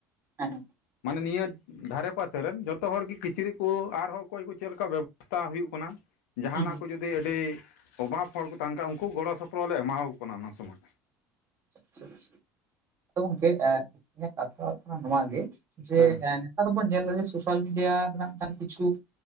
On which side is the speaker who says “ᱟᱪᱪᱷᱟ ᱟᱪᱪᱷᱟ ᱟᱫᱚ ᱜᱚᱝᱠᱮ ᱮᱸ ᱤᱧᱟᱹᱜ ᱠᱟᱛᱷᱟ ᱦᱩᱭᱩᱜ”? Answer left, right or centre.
Right